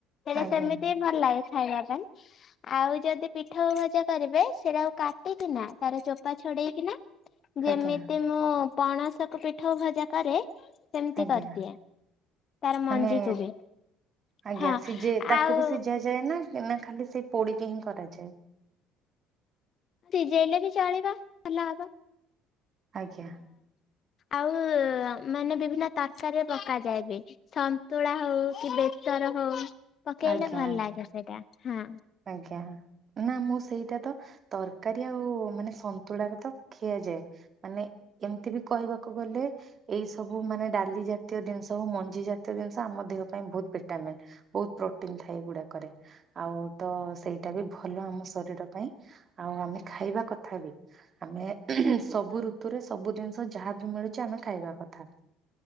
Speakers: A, on the left; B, on the right.
A: ସେଟା
B: ଆଜ୍ଞା
A: ସେମିତି ଭଲ ଲାଗେ ଖାଇବା ପାଇଁ ଆଉ ଯଦି ପିଠଉ ଭଜା କରିବେ ସେଟାକୁ କାଟିକିନା ତାର ଚୋପା ଛଡ଼େଇକିନା ଯେମିତି
B: ଆଜ୍ଞା
A: ମୁଁ ପଣସକୁ ପିଠଉ ଭଜା କରେ ସେମିତି
B: ଆଜ୍ଞା
A: କରିଦିଏ ତାର
B: ମାନେ
A: ମଞ୍ଜିକୁ ବି।
B: ଆଜ୍ଞା
A: ହଁ।
B: ସିଝେଇ ତାକୁ
A: ଆଉ
B: ବି ସିଝା ଯାଏ ନାଁ? ଏନା ଖାଲି ସେଇ ପୋଡ଼ିକି ହିଁ କରାଯାଏ।
A: ସିଝେଇଲେ ବି ଚଳିବ ଭଲ ହବ।
B: ଆଜ୍ଞା
A: ଆଉ ମାନେ ବିଭିନ୍ନ ତରକରିରେ ପକାଯାଏ ବି ସନ୍ତୁଳା ହଉ କି ବେ ତର ହଉ
B: ଆଜ୍ଞା
A: ପକେଇଲେ ଭଲ
B: ଆଜ୍ଞା।
A: ଲାଗେ ସେଇଟା ହଁ।
B: ଆଜ୍ଞା ନାଁ ମୁଁ ସେଇଟା ତ ତରକାରୀ ଆଉ ମାନେ ସନ୍ତୁଳାରେ ତ ଖିଆ ଯାଏ ମାନେ ଏମତି ବି କହିବାକୁ ଗଲେ ଏଇ ସବୁ ମାନେ ଡାଲି ଜାତୀୟ ଦିନିଷ ମୁଁ ମଞ୍ଜି ଜାତୀୟ ଜିନିଷ ଆମ ଦେହ ପାଇଁ ଭୋଉତ୍ ଭିଟାମିନ୍ ବୋହୁତ ପ୍ରୋଟିନ୍ ଥାଏ ଏଗୁଡ଼ାକରେ ଆଉ ତ ସେଇଟା ବି ଭଲ ଆମ ଶରୀର ପାଇଁ ଆଉ ଆମେ ଖାଇବା କଥା ବି ଆମେ ସବୁ ଋତୁରେ ସବୁ ଜିନିଷ ଯାହା ବି ମିଳୁଚି ଆମେ ଖାଇବା କଥା।